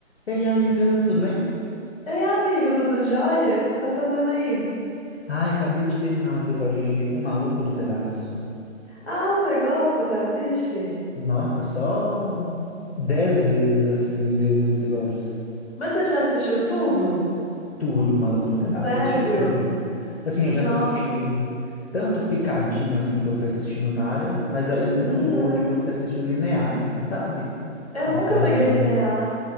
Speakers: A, on the left; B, on the left.
A: Ei, amiga, tudo bem?
B: Ei, amigo, tudo jóia? O que você tá fazendo aí?
A: Ai, acabei de terminar um episódio de O Maluco no Pedaço.
B: Ah, você gosta? Você assiste?
A: Nossa, só dez vezes assim os mesmos episódios.
B: Mas você já assistiu tudo?
A: Tudo, Maluco no Pedaço,
B: Sério?
A: assisti tudo. Assim, eu
B: Não.
A: já assisti tanto picadinho assim que eu fui assistindo várias, mas ela é muito
B: Uhum.
A: boa de você assistir linear assim, sabe?
B: Eu
A: A
B: nunca
A: história
B: peguei
A: é boa.
B: linear.